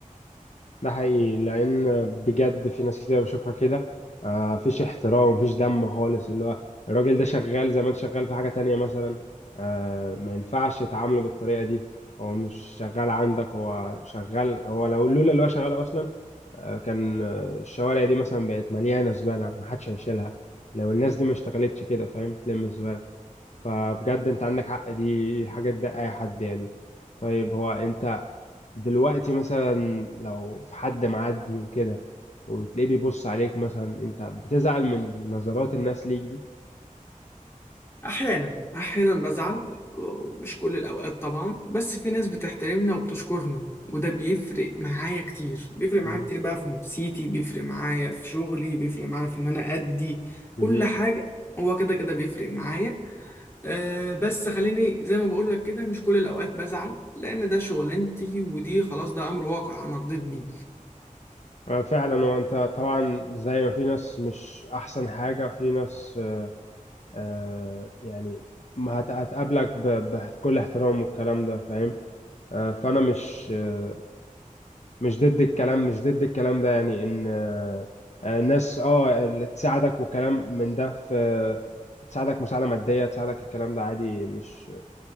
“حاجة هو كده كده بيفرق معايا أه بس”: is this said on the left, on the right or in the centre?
Left